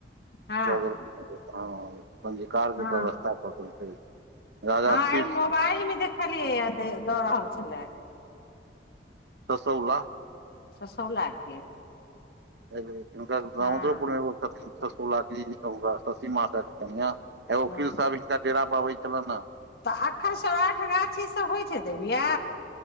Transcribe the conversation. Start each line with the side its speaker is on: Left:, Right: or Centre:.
Left: हँ
Right: दऽ देलखिन। पञ्जीकार के
Left: हँ
Right: व्यवस्था कऽ देलकै राजा
Left: हँ
Right: शीर्ष
Left: एहि मोबाइल मे देखलियै दऽ रहल छलै
Right: तसौला
Left: ससौला के
Right: नक हुनका गाउदोपुर
Left: हँ
Right: मे एगो तसौला त सीमा के कनिय- त वकील
Left: ह
Right: साहब हिनका डेरा पर आबै तलय न
Left: तऽ एखन सराठ गाछी स होइ छै देबिया